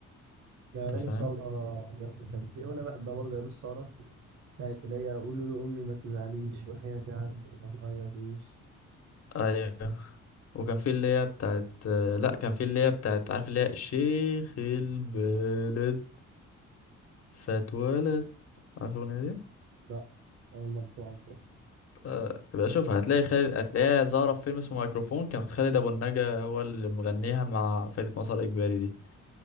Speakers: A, on the right; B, on the left.
A: يا
B: أنت
A: أغاني
B: فاهم
A: الثورة جامدة كان في وأنا بحبها برضه أيام الثورة بتاعت اللي هي قولوا لأمي ما تزعليش وحياتي عنك ما تعيطيش
B: ايوه وكان في اللي هي بتاعت لا كان في اللي هي بتاعت عارف اللي هي شيخ البلد فاتولد عارف الأغنية دي؟
A: لا أول مرة أسمع عنها
B: آه، يبقى شوف هتلاقي خالد هتلاقيها ظاهرة في فيلم اسمه مايكروفون كان خالد أبو النجا هو اللي مغنيها مع فرقة مسار إجباري دي